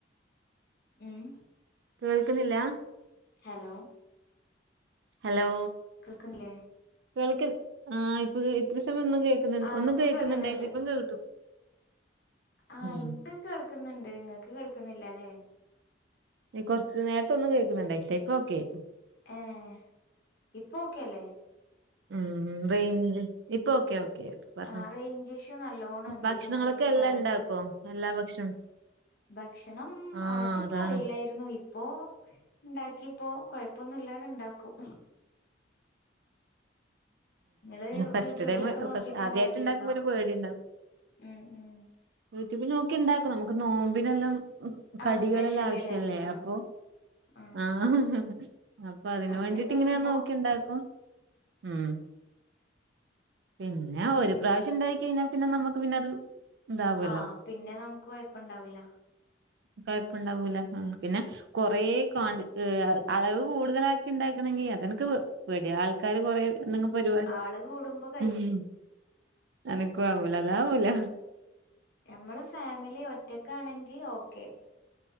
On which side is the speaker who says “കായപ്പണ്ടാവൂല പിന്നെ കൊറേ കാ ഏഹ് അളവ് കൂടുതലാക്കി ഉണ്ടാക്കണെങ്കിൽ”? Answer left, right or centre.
Right